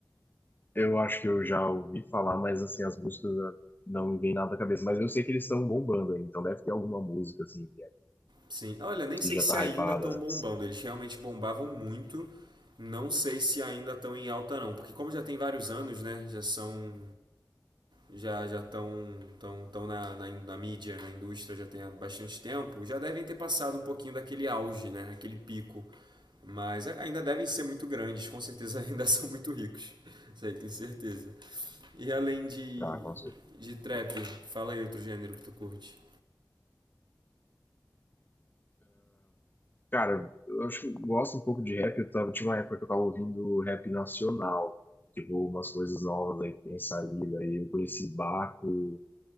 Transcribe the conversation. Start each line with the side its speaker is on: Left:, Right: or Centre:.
Left: Eu acho que eu já ouvi falar, mas assim, as músicas né, não me vem nada à cabeça. Mas eu sei que eles estão bombando aí, então deve ter alguma música, assim, que é-
Right: Sim, olha, nem sei
Left: que já
Right: se
Left: tá
Right: ainda
Left: hypada.
Right: estão bombando. Eles realmente bombavam muito. Não sei se ainda estão em alta não, porque como já tem vários anos, né? Já são já já estão tão, tão na, na, na mídia, na indústria já tem há bastante tempo, já devem ter passado um pouquinho daquele auge, né? Aquele pico. Mas ainda devem ser muito grandes, com certeza <laughs> ainda são muito ricos. Isso aí, tenho certeza. E além de,
Left: Tá, com certeza.
Right: de trap, fala aí outro gênero que tu curte.
Left: Cara, eu acho que eu gosto um pouco de rap. Eu tava, tinha uma época que eu tava ouvindo rap nacional, tipo, umas coisas novas aí que tem saído. Aí eu conheci Baco.